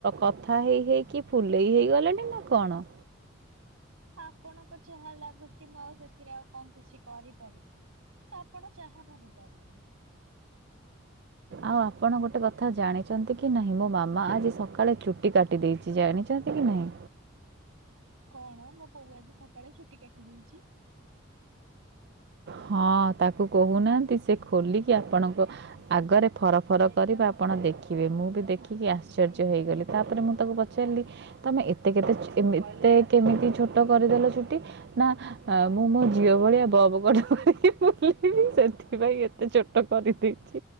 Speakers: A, on the right; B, on the right.
A: କଥା ହେଇ ହେଇକି ଫୁଲେଇ ହେଇଗଲେଣି ନା କଣ।
B: ଆପଣଙ୍କୁ ଯାହା ଲାଗୁଛି ମୁଁ ଆଉ ସେଥିରେ ଆଉ କଣ କିଛି କରିପାରିବି। ତ ଆପଣ ଯାହା ଭାବିପାରିବେ।
A: ଆଉ ଆପଣ ଗୋଟେ କଥା ଜାଣିଛନ୍ତି କି ନାହିଁ ମୋ ମାମା ଆଜି ସକାଳେ ଚୁଟି କାଟି ଦେଇେଇଛି ଜାଣିଛନ୍ତି କି ନାହିଁ?
B: କଣ ମୋ ପୋଉ ଆଜି ସକାଳେ ଛୁଟି କାଟି ଦେଇେଇଛିଁ
A: ହଁ ତାକୁ କହୁନାହାନ୍ତି ସେ ଖୋଲିକି ଆପଣଙ୍କ ଆଗରେ ଫର ଫର କର ଆପଣ ଦେଖିବେ ମୁଁ ବି ଦେଖିକି ଆଶ୍ଚର୍ଯ୍ୟ ହେଇଗଲି ତାପରେ ମୁଁ ତାକୁ ପ ଚ ଚାାରିଲି ତମେ ଏତେ କେତେ ଏତେ କେମିତି ଛୋଟ କରିଦେଲ ଛୁଟି ନା ମୁଁ ମୋ ଝିଅ ଭଳିଆ ବବଗଡ କରି ବ ସେଥିପାଇଁ ଏତେ ଛୋଟ କରିଦେଇଛି